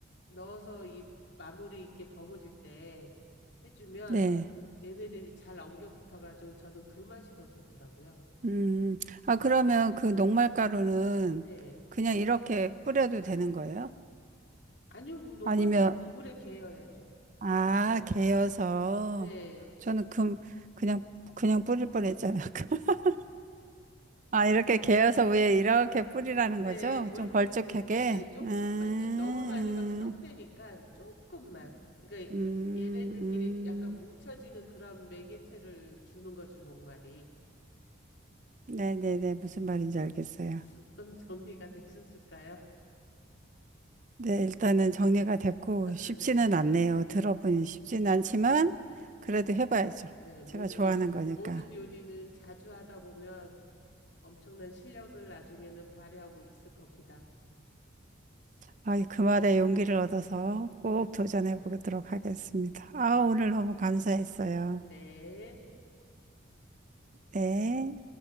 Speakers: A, on the left; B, on the right.
A: 넣어서 이 마무리 이렇게 버무릴 때 해주면
B: 네.
A: 얘네들이 잘 엉겨 붙어가지고 저는 그 맛이 더 좋더라고요.
B: 음, 아, 그러면 그 녹말가루는
A: 네, 네.
B: 그냥 이렇게 뿌려도 되는 거예요?
A: 아니요, 그 녹말거는
B: 아니면,
A: 물에 개어야죠.
B: 아,
A: 조금만.
B: 개여서.
A: 네,
B: 저는 금, 그냥, 그냥 뿌릴 뻔했잖아요. <laughs> 아, 이렇게 개어서 위에 이렇게 뿌리라는
A: 네,
B: 거죠?
A: 물
B: 좀 걸쭉하게?
A: 뿌리지, 예, 조금만요.
B: 음,
A: 너무 많이 가면 떡되니까 조금만. 그러니까
B: 음,
A: 얘네들끼리
B: 음,
A: 약간 뭉쳐지는 그런 매개체를 주는 거죠, 녹말이.
B: 네네네. 무슨 말인지 알겠어요.
A: <laughs> 그럼 정리가 되셨을까요?
B: 네, 일단은 정리가 됐고, 쉽지는
A: 아, 네.
B: 않네요. 들어보니 쉽지는 않지만, 그래도 해봐야죠.
A: 네, 모든
B: 제가 좋아하는
A: 음
B: 거니까.
A: 모든 요리는 자주 하다 보면 엄청난 실력을 나중에는 발휘하고 있을 겁니다.
B: 아, 그 말에 용기를 얻어서 꼭 도전해 보도록 하겠습니다.
A: 음, 음,
B: 아, 오늘 너무 감사했어요.
A: 네.
B: 네.